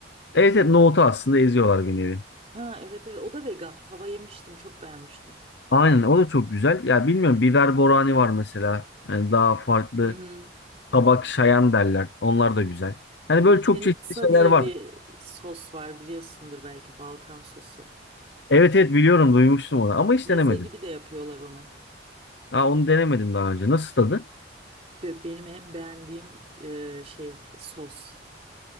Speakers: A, on the left; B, on the right.
A: Evet, evet nohutu aslında eziyorlar bir nevi.
B: Ha evet evet o da vegan. Fava yemiştim çok beğenmiştim.
A: Aynen o da çok güzel. Ya bilmiyorum biber borani var mesela. Yani daha farklı
B: Hı hı.
A: tabak şayan derler. Onlar da güzel. Hani
B: Lütenitsa
A: böyle çok çeşitli şeyler
B: diye
A: var.
B: bir sos var biliyorsundur belki Balkan sosu.
A: Evet evet biliyorum duymuştum onu ama hiç
B: Meze
A: denemedim.
B: gibi de yapıyorlar onu.
A: Ha onu denemedim daha önce. Nasıl tadı?
B: Be- benim en beğendiğim e, şey sos.